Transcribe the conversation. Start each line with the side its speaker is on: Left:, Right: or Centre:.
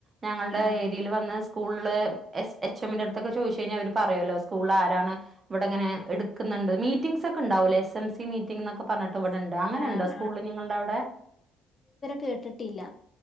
Right: ഞങ്ങൾടെ
Left: ആഹ്
Right: ഏരിയേൽ വന്നാസ് സ്കൂളില് എസ് എച്ച് എമ്മിന്റെ അടുത്തൊക്കെ ചോയിച്ചു കഴിഞ്ഞാൽ അവര് പറയൂല്ലോ സ്കൂളാരാണ് ഇവിടെങ്ങനെ എടുക്കുന്ന ഇണ്ട് മീറ്റിംഗ്സൊക്ക ഇണ്ടാവൂല്ലേ എസ് എം സി മീറ്റിംഗ് എന്നൊക്കെ പറഞ്ഞിട്ട് ഇവിടെണ്ട് അങ്ങനെയൊണ്ടോ
Left: ആഹ്
Right: സ്കൂള് നിങ്ങൾടവിടെ.
Left: കേട്ട്ട്ടില്ല